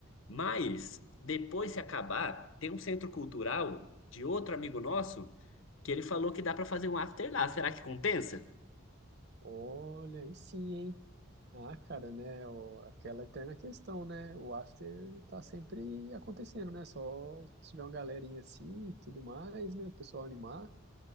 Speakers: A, on the left (about 65°); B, on the right (about 50°).
A: Mas, depois se acabar, tem um centro cultural de outro amigo nosso que ele falou que dá pra fazer um after lá. Será que compensa?
B: Olha, aí sim, hein? Ah, cara, né? o- aquela eterna questão, né? O after tá sempre acontecendo, né? Só se tiver uma galerinha assim e tudo mais, né? O pessoal animar,